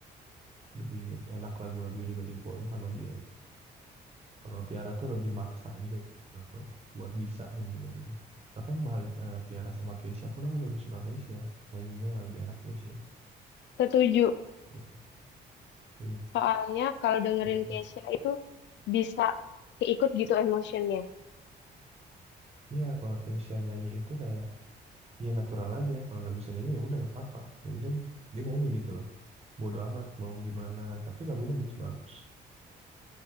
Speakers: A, on the right (about 35°); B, on the left (about 75°).
A: lebih enak lagu-lagu juga dibawain sama dia. gitu. Kalau Tiara tuh lebih maksa gitu bro, buat bisa nyanyiin lagunya. Bahkan mahal eh, Tiara sama Keisha pun aku lebih suka Keisha. Nyanyinya lebih enak Keisha.
B: setuju.
A: Gitu. Iya,
B: Soalnya kalau dengerin
A: gitu.
B: Kesha itu bisa keikut gitu emotionnya.
A: Iya, kalau Keisha nyanyi itu kayak ya natural aja. Kalau nggak bisa nyanyi ya udah nggak apa-apa. Yang penting dia nyanyi gitu loh. Bodo amat mau gimana, tapi lagunya bagus-bagus.